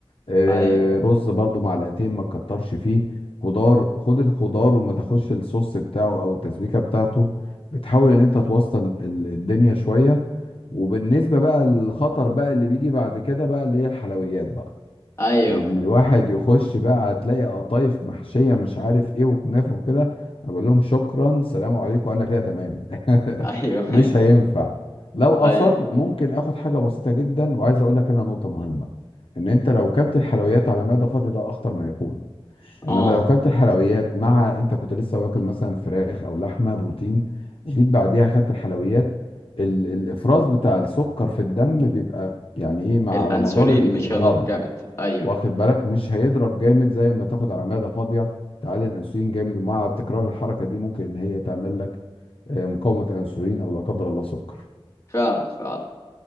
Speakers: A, on the left (about 70°); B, on the left (about 30°).
A: آه،
B: ايوه
A: رز برضو معلقتين ما تكترش فيه خضار خد الخضار وما تاخدش الصوص بتاعه او التسبيكه بتاعته بتحاول ان انت توسط ال- الدنيا شويه وبالنسبة بقى للخطر بقى اللي بيجي بعد كده بقى اللي هي الحلويات بقى
B: ايوه
A: ان الواحد يخش بقى هتلاقي قطايف محشية مش عارف ايه وكنافة وكده اقول لهم شكرا سلام عليكم انا كده تمام <laughs>
B: ايوه
A: مش
B: ايوه
A: هينفع لو اصر
B: ايوه
A: ممكن اخد حاجة بسيطة جدا وعايز اقول لك هنا نقطة مهمة ان انت لو كلت الحلويات على معدة فاضية ده اخطر ما يكون انما
B: اه
A: لو كلت الحلويات مع انت كنت لسه واكل مثلا فراخ او لحمه بروتين جيت بعديها خدت الحلويات ال... الافراز بتاع السكر في الدم بيبقى يعني ايه مع
B: الانسولين
A: على مدار ال...
B: مش
A: الهضم
B: هيضرب جامد ايوه
A: واخد بالك مش هيضرب جامد زي ما تاخد على معده فاضيه تعالي الانسولين جامد ومع تكرار الحركه دي ممكن ان هي تعمل لك آه، مقاومه انسولين او لا قدر الله سكر
B: فعلا فعلا